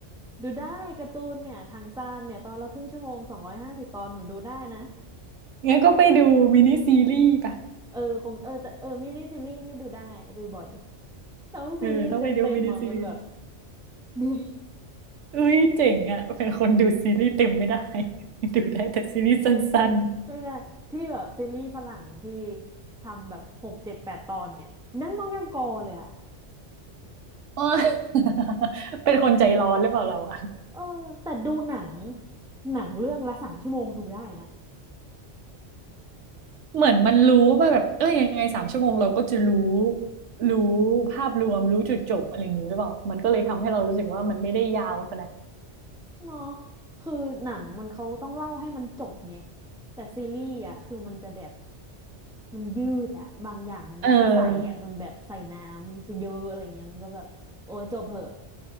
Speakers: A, in the centre; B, on the right.
A: ดูได้การ์ตูนเนี่ยทางซ่านเนี่ยตอนละครึ่งชั่วโมงสองร้อยห้าสิบตอนหนูดูได้นะ
B: งั้นก็ไปดูมินิซีรีส์ป่ะ
A: เออคงเออแต่เออมินิซีรีส์นี่ดูได้ดูบ่อยแต่ว่าซีรีส์เต็มๆอ่ะมันแบบ
B: เออต้องไปดูมินิซีรีส์
A: <laughs> เหนื่อย
B: อุ้ยเจ๋งอ่ะเป็นคนดูซีรีส์เต็มไม่ได้ <laughs> ดูได้แต่ซีรีส์สั้น
A: ไม่ได้ที่แบบซีรีส์ฝรั่งที่ทำแบบหกเจ็ดแปดตอนเนี่ยยังน้องยังกอเลยอะ
B: ๆเอย <laughs> เป็นคนใจร้อนหรือเปล่าเราอะ
A: เออแต่ดูหนังหนังเรื่องละสามชั่วโมงดูได้นะ
B: เหมือนมันรู้ว่าแบบเอ้ยยังไงสามชั่วโมงเราก็จะรู้รู้ภาพรวมรู้จุดจบอะไรอย่างนี้หรือเปล่ามันก็เลยทำให้เรารู้สึกว่ามันไม่ได้ยาวขนาด
A: เนาะคือหนังมันเขาต้องเล่าให้มันจบไงแต่ซีรีส์อ่ะคือมันจะแบบมันยืดอ่ะบางอย่างมันไม่ต้องใส่อ่ะมันแบบใส่น้ำซะเยอะอะไรเงี้ยมันก็แบบโอ้ยจบเหอะ
B: เออ